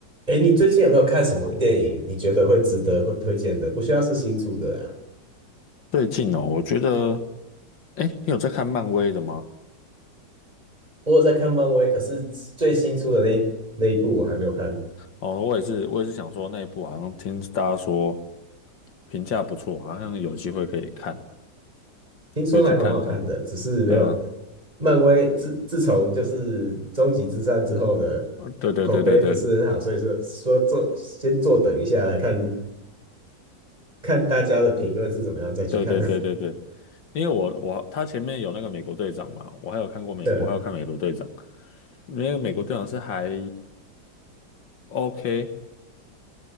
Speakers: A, on the right; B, on the left.
A: 哎，你最近有没有看什么电影？你觉得会值得会推荐的？不需要是新出的啊。
B: 最近哦，我觉得，哎，你有在看漫威的吗？
A: 我有在看漫威，可是最新出的那一那一部我还没有看，
B: 哦，我也是，我也是想说那一部好像听大家说评价不错，好像有机会可以看，
A: 听说还蛮好看的，
B: 会去看看。
A: 只是没有。
B: 对啊，
A: 漫威自自从就是终极之战之后的口碑不是很好，
B: 呃对对对对对
A: 所以说说坐先坐等一下来看看大家的评论是怎么样，再去看。
B: 对对对对对，因为我我他前面有那个美国队长嘛，我还有看过美，
A: <laughs>
B: 我还有看美国队长，那个美国队长是还 OK，